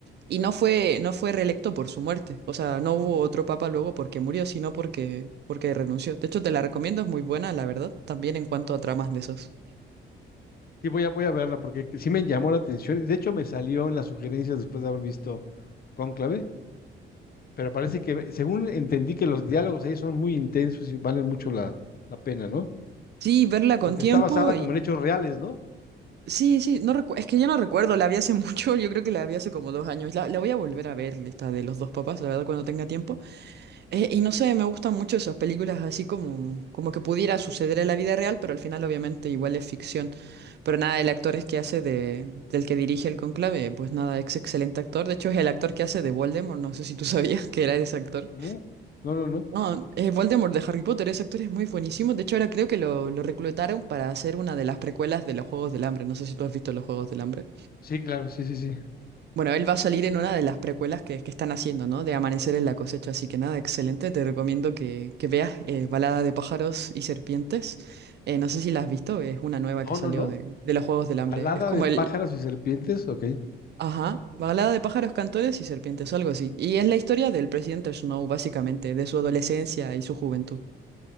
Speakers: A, on the right; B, on the left.
A: y no fue, no fue reelecto por su muerte. O sea, no hubo otro papa luego porque murió, sino porque, porque renunció. De hecho, te la recomiendo, es muy buena, la verdad, también en cuanto a tramas de esos.
B: Y voy a, voy a verla porque sí me llamó la atención. De hecho, me salió en las sugerencias después de haber visto Cónclave pero parece que, según entendí, que los diálogos ahí son muy intensos y valen mucho la, la pena, ¿no?
A: Sí, verla con
B: Porque
A: tiempo
B: está basada como
A: y...
B: en hechos reales, ¿no?
A: Sí, sí, no recu- es que ya no recuerdo, la vi hace <laughs> mucho, yo creo que la vi hace como dos años. La, la voy a volver a ver, esta de los dos papás, la verdad, cuando tenga tiempo. Eh, y no sé, me gustan mucho esas películas así como, como que pudiera suceder en la vida real, pero al final obviamente igual es ficción. Pero nada, el actor es que hace de, del que dirige el conclave, pues nada, es excelente actor. De hecho, es el actor que hace de Voldemort, no sé si tú <laughs> sabías que era ese actor.
B: Ujú. No, no, no.
A: No, eh, Voldemort de Harry Potter, ese actor es muy buenísimo. De hecho, ahora creo que lo, lo reclutaron para hacer una de las precuelas de los Juegos del Hambre. No sé si tú has visto los Juegos del Hambre.
B: Sí, claro, sí, sí, sí.
A: Bueno, él va a salir en una de las precuelas que, que están haciendo, ¿no? De Amanecer en la cosecha, así que nada, excelente. Te recomiendo que, que veas eh, Balada de pájaros y serpientes. Eh, no sé si la has visto, es una nueva que
B: No,
A: salió
B: no, no.
A: de, de los Juegos del Hambre.
B: Balada
A: Es como
B: de pájaros
A: el...
B: y serpientes, ok.
A: Ajá, Balada de pájaros, cantores y serpientes, algo así. Y es la historia del presidente Snow, básicamente, de su adolescencia y su juventud.